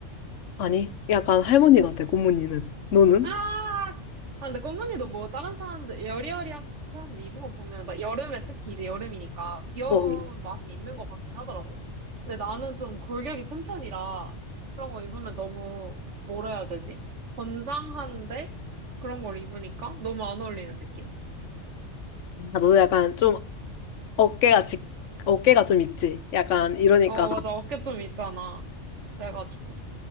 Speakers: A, on the left; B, on the right.
A: 아니, 약간 할머니 같아, 고모늬는 너는?
B: 아! 아, 근데 꽃무늬도 뭐 다른 사람들, 여리여리한 사람들 입은 거 보면 막 여름에 특히 이제 여름이니까 귀여운
A: 어. 어.
B: 맛이 있는 것 같긴 하더라고. 근데 나는 좀 골격이 큰 편이라 그런 거 입으면 너무, 뭐라 해야 되지? 건장한데? 그런 걸 입으니까 너무 안 어울리는 느낌?
A: 아, 너도 약간 좀 어깨가 직, 어깨가 좀 있지. 약간 이러니까.
B: 어, 맞아. 어깨 좀 있잖아. 그래가지고.